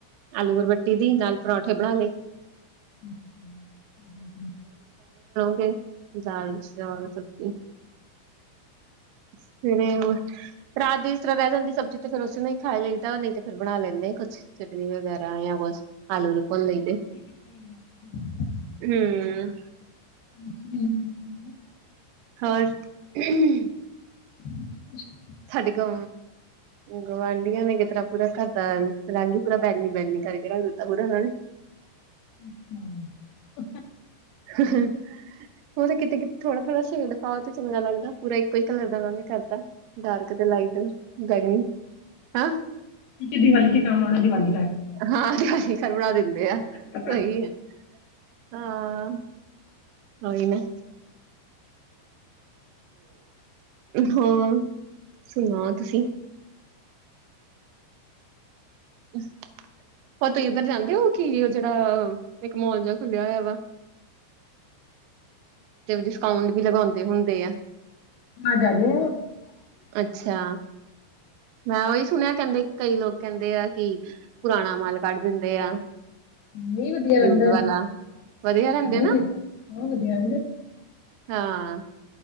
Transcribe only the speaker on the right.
ਆਲੂ ਬੁਰਬੱਟੀ ਦੀ ਨਾਲ ਪਰੌਂਠੇ ਬਨਾ ਲੇ
ਜਾਣ ਚ ਤੁ ਕੀ <unintelligible> ਸਵੇਰੇ, ਰਾਤ ਦੀ ਤਰ੍ਹਾਂ ਰਹਿ ਜਾਂਦੀ ਸਬਜ਼ੀ ਤੇ ਫੇਰ ਓਸੀ ਨੂੰ ਹੀ ਖਾ ਲਿਦਾ ਨਹੀਂ ਤੇ ਫਿਰ ਬਨਾ ਲੈਂਦੇ ਕੁਛ ਚਟਨੀ ਵਗੈਰਾ ਜਾਂ ਕੁਛ
ਆਲੂ ਨੂੰ ਭੁੰਨ ਲਈਦੇ ਹੂੰ
<inaudible>
ਸਾਡੇ ਗ ਗੁਵਆਂਢੀਆਂ ਨੇ ਕਿ ਤਰ੍ਹਾਂ ਪੂਰਾ ਘਰ ਦਾ ਲਾਂਝ ਪੂਰਾ ਬੈ ਨ ਪੈਂਦੀ <unintelligible>
ਉਹ ਤਾਂ ਕਿਤੇ ਕਿਤੇ ਥੋੜਾ ਥੋੜਾ ਸ਼ੇਡ <unintelligible> ਬਹੁਤ ਚੰਗਾ ਲੱਗਦਾ ਪੂਰਾ ਇੱਕੋ ਈ ਕਲਰ ਦਾ ਉਨਾਂ ਨੇ ਕਰਤਾ ਡਾਰਕ ਤੇ ਲਾਈਟ ਬੈਗਂਨੀ ਹੈਂ।
ਹਾਂ ਤੇ ਖਰ ਬਣਾ ਦਿੰਦੇ ਆ
ਸਹੀ ਹੈ। ਹਾਂ ਉਈ ਨੇ ਹਾਂ ਸੁਣਾਓ ਤੁਸੀ ਓ ਤੁਸੀਂ ਇੱਧਰ ਜਾਂਦੇ ਹੋ ਕੀ ਓ ਦਾ ਇੱਕ ਮੋਲ ਜਾ ਖੁੱਲਿਆ ਹੋਆ ਵਾ ਡਿਸਕਾਊਂਟ ਵੀ ਲਗਾਉਂਦੇ ਹੁੰਦੇ ਆ
ਅੱਛਾ ਮੈਂ ਓਈ ਸੁਣਿਆ ਕਹਿੰਦੇ ਕਈ ਲੋਕ ਕਹਿੰਦੇ ਆ ਕਿ ਪੁਰਾਣਾ ਮਾਲ ਕੱਢ ਦੇਂਦੇ ਆ
ਯੂਜ ਵਾਲਾ ਵਧੀਆ ਰਹਿੰਦੇ ਨਾ
ਹਾਂ